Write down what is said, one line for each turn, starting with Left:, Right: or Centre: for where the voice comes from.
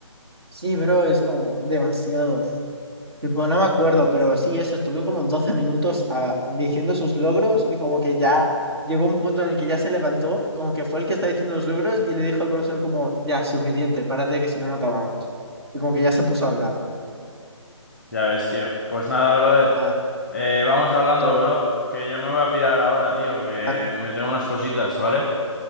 Right: Sí, bro, es como demasiado. Tipo, no me acuerdo, pero sí, eso, estuvo como 12 minutos ah, diciendo sus logros y como que ya llegó un punto en el que ya se levantó, como que fue el que está diciendo los logros y le dijo al profesor como, ya, suficiente, párate que si no, no acabamos. Y como que ya se puso a hablar.
Centre: Ya ves, tío. Pues nada, brother.
Right: Ah,
Centre: Eh, vamos hablando,
Right: entonces,
Centre: bro.
Right: tipo,
Centre: Que yo me voy a pirar ahora,
Right: "No,
Centre: tío. Que
Right: vale,
Centre: me tengo unas cositas, ¿vale?